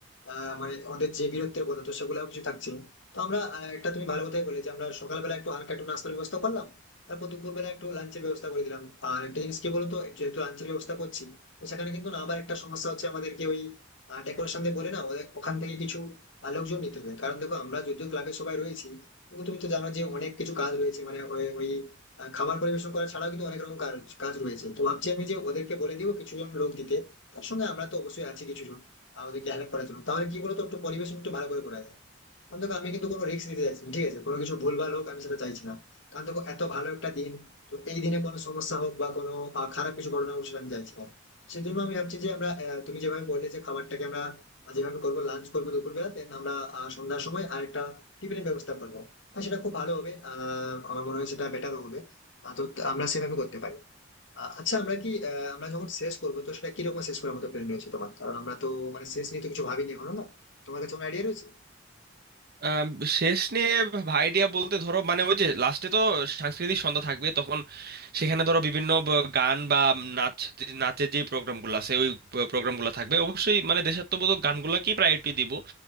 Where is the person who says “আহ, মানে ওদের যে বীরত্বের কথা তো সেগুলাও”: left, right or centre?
Left